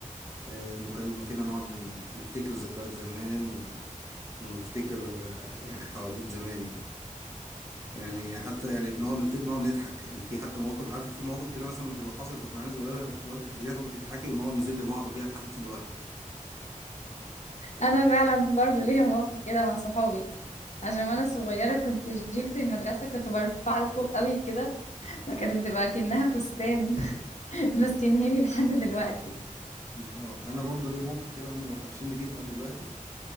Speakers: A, on the right; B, on the left.
A: آه، مكالمة كده نقعد نفتكر ذكريات زمان و... ونفتكر آه، يعني حواديت زمان يعني يعني حتى يعني بنقعد نفتكر نقعد نضحك يعني في حتى مواقف عارفة في مواقف كده مثلا بتبقى حصلت واحنا عيال صغيرة تقعدي تفتكريها تقعدي تضحكي ونقعد نذل بعض بيها لحد دلوقتي
B: انا فعلا برضو ليا موقف كده مع صحابي عشان وانا صغيره كنت جيبة المدرسه كنت برفعها لفوق قوي كده فكانت بتبقى كأنها فستان <laughs> ماسكينها لي لحد دلوقتي
A: اه انا برضه ليا موقف كده هم قافشيني فيه لحد دلوقتي